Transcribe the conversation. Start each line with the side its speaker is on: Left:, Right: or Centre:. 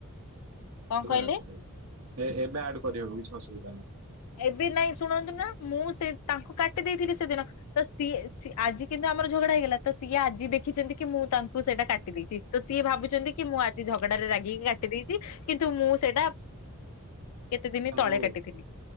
Left: କଣ
Right: ଏବେ
Left: କହିଲେ?
Right: ଆଡ କରିହବ କିଛି ଅସୁବିଧା ନାହିଁ।
Left: ଏବେ ନାଇଁ ଶୁଣନ୍ତୁ ନା, ମୁଁ ସେ ତାଙ୍କୁ କାଟି ଦେଇଥିଲି ସେଦିନ। ତ ସିଏ, ଆଜି କିନ୍ତୁ ଆମର ଝଗଡା ହେଇଗଲା ତ ସିଏ ଆଜି ଦେଖିଛନ୍ତି କି ମୁଁ ତାଙ୍କୁ ସେଇଟା କାଟି ଦେଇଚି, ତ ସିଏ ଭାବୁଚନ୍ତି କି ମୁଁ ଆଜି ଝଗଡାରେ ରାଗିକି କାଟି ଦେଇଚି କିନ୍ତୁ ମୁଁ ସେଇଟା, କେତେ ଦିନ
Right: ତାଙ୍କୁ
Left: ତଳେ କାଟିଥିଲି।